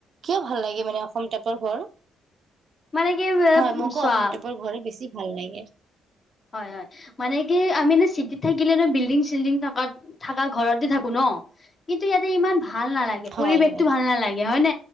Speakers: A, on the right; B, on the left.
A: কিয় ভাল লাগে। মানে অআচামটাইপৰ ঘৰ।
B: মানে কি উম
A: হয় মোকো
B: চোৱা।
A: অসম টাইপৰ ঘৰে বেছি ভাল লাগে।
B: হয় হয় মানে কি আমি চিটিত থাকিলে ন বিল্ডিং চিল্ডিং থ থকা ঘৰতে থাকো ন কিন্তু ইয়াতে ইমান। ভাল নালাগে
A: হয়
B: পৰিৱেশতটো
A: হয়
B: ভাল নালাগে হয় ন।